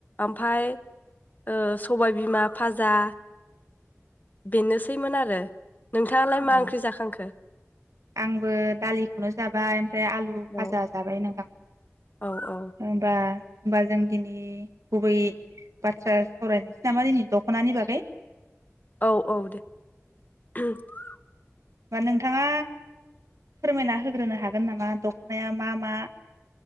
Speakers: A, on the left (about 35°); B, on the right (about 85°).
A: ओमफ्राय ओ सबायबिमा भाजा बेनोसैमोन आरो नोंथाङालाय मा
B: औ
A: ओंख्रि जाखांखो?
B: आंबो दालिखौनो जाबाय ओमफ्राय आलु
A: औ
B: फाजा जाबाय नोंथां
A: औ औ
B: होनबा होमबा जों दिनै गुबै बाथ्रा सावरायनोसै नामा दिनै दख'नानि बागै
A: औ औ दे <unintelligible>
B: होमबा नोंथाङा फोरमायना होग्रोनो हागोन नामा दख'नाया मा मा